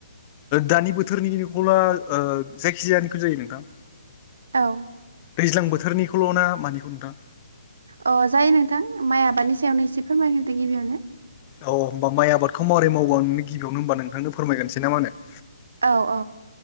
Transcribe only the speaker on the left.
दानि बोथोरनि न'खौला ओ जायखिजायानिखौ जायो नोंथां?
दैज्लां बोथोरनिखौल' ना मानिखौ नोंथां?
अ होमबा माइ आबादखौ मारै मावो आंनो गिबियावनो होनबा नोंथांनो फोरायगसे ना मानो?